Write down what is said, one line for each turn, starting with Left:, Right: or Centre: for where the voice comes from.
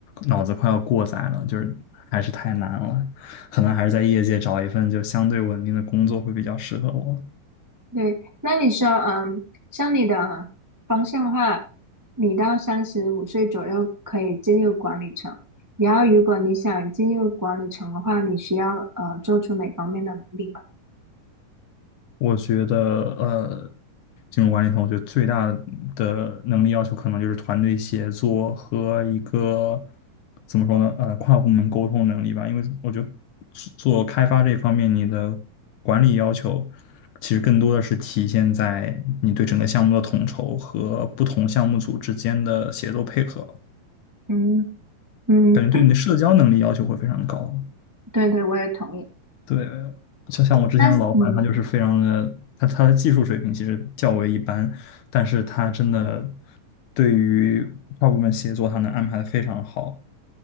Left: 脑子快要过载了，就是还是太难了。可能还是在业界找一份就相对稳定的工作会比较适合我。
Right: 对，那你说，嗯，像你的方向的话，你到三十五岁左右可以进入管理层。然后，如果你想进入管理层的话，你需要呃做出哪方面的努力吗？
Left: 我觉得，呃，金融管理层，我觉得最大的能力要求可能就是团队协作和一个怎么说呢，呃，跨部门沟通能力吧。因为我觉得做做开发这方面，你的管理要求其实更多的是体现在你对整个项目的统筹和不同项目组之间的协作配合。
Right: 嗯嗯，
Left: 感觉对你的社交能力要求会非常高。
Right: 对对，我也同意。
Left: 对，就像我之前的老板，
Right: 那嗯，
Left: 他就是非常的，他他的技术水平其实较为一般，但是他真的对于跨部门协作，他能安排的非常好，